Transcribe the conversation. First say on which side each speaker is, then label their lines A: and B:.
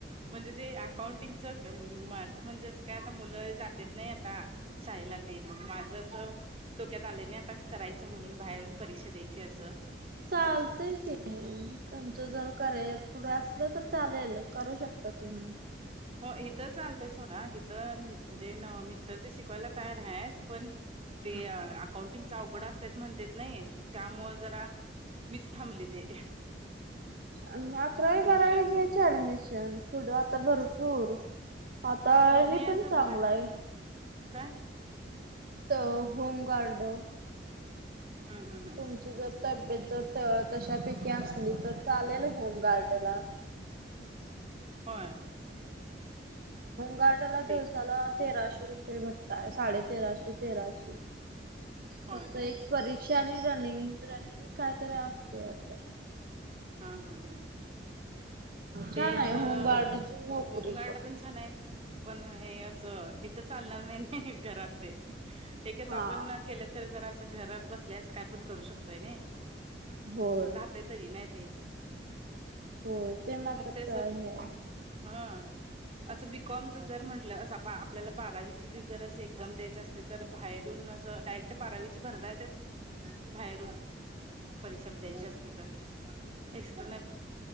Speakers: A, on the right; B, on the right.
A: म्हणजे ते अकाउंटिंगच माझ म्हणजे असं काय आता मुलं जातेत नाही आता शहिला ते मग माझ अस डोक्यात आले नाही आता करायचं म्हणून बाहेरून परीक्षा द्यायची असं
B: चालतय की तुमचं जर क पुढं असलं तर चालेल करू शकता तुम्ही
A: हो इिथं चालतंय सोडा हिथं म्हणजे मिस्टर ते शिकवायला तयार आहेत पण
B: ह
A: ते अकाउंटिंगचा अवघड अस म्हणतेत नाही त्यामु जरा मीच थांबली ते
B: आणि अकरावी बारावी
A: मुलांच्या
B: घ्यायच ऍडमिशन पुढं आता भरपूर आता
A: हो
B: हे
A: नाही असं
B: पण चांगलं
A: भा
B: आहे.
A: काय
B: त होम गार्ड.
A: हम्म हम्म हम्म
B: तुमची जर तब्येत जर तशापैकी असली तर चालेल होमगार्ड ला
A: होय
B: गारडला
A: ते
B: दिवसाला तेराशे रुपये भत्ताय साडे तेराशे तेराशे.
A: होय
B: फक्त
A: काय
B: एक परीक्षा आणि रनिंग रनिंग कायतरी असते तर
A: हा हा हा
B: छान
A: ते असं
B: आहे होमगार्डची नोकरी
A: होमगार्ड पण छान आहे. पण हे असं इथं चालणार नाही नाही घरात ते हेच
B: हा
A: आपण के ज अस घरात बस अस का पण करू शकतय नाही
B: होय
A: का तरी नाही ते
B: होय मात्रच
A: मग ते स
B: हे आहे
A: हम असं बी कॉमचं जर म्हटलं अस आपल्याला बारावीची जर असं एक्झाम द्यायच अस तर बाहेरून अस डायरेक्ट बारावी भरता येत बाहेरून परीक्षा द्यायची असली तर एक्सटर्नल